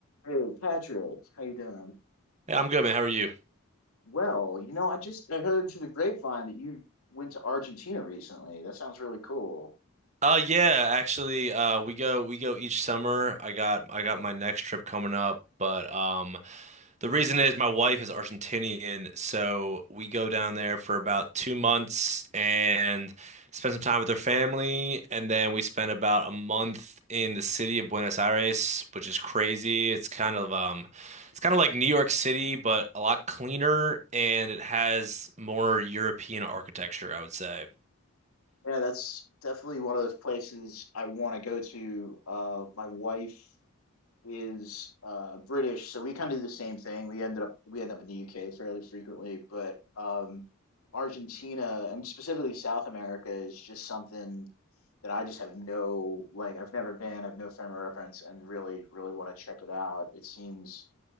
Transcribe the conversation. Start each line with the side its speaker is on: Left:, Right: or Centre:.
Left: Hey, Patrick, how you doing?
Right: Hey, I'm good, man. How are you?
Left: Well, you know, I just I heard through the grapevine that you went to Argentina recently. That sounds really cool.
Right: Uh yeah, actually, uh we go we go each summer. I got I got my next trip coming up, but um the reason is my wife is Argentinian, so we go down there for about two months and spend some time with her family, and then we spend about a month in the city of Buenos Aires, which is crazy. It's kind of um it's kind of like New York City, but a lot cleaner and it has more European architecture, I would say.
Left: Yeah, that's definitely one of those places I want to go to. Uh, my wife is uh, British, so we kind of do the same thing. We ended up we end up in the UK fairly frequently, but um, Argentina and specifically South America is just something that I just have no like I've never been, I've no frame of reference, and really really want to check it out. It seems